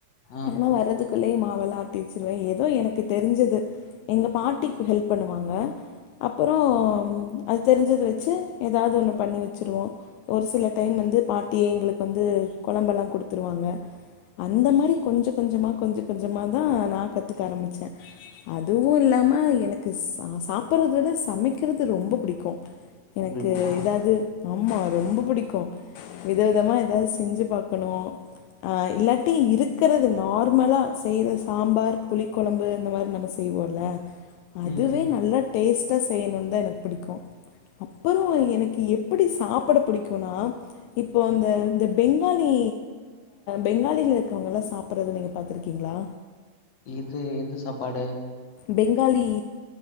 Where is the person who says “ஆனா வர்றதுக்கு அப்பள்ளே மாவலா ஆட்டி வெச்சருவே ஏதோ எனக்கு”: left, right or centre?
Left